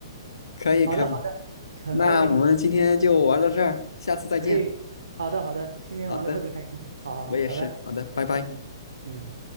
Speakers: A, on the left (about 65°); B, on the right (about 65°).
A: 可以可以，
B: 好的，好的，很开心，
A: 那我们今天就玩到这儿，
B: 可以，
A: 下次再见。
B: 可以好的，好的，今天玩的特别开心。
A: 好的，
B: 好好好，
A: 我也是，
B: 拜拜。
A: 好的，拜拜。
B: 嗯嗯。